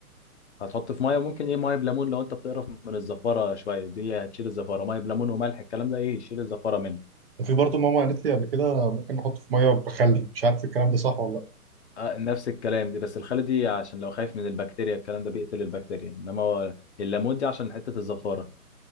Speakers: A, on the left; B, on the right.
A: هتحط في ميه ممكن ايه ميه بليمون لو انت بتقرف من الزفاره شويه دي هتشيل الزفاره ميه بليمون وملح الكلام ده ايه يشيل الزفاره منه
B: وفي برضه ماما قالت لي قبل كده ممكن نحطه في ميه بخل مش عارف الكلام ده صح ولا لا
A: آه نفس الكلام دي بس الخل دي عشان لو خايف من البكتيريا الكلام ده بيقتل البكتيريا انما هو الليمون دي عشان حته الزفاره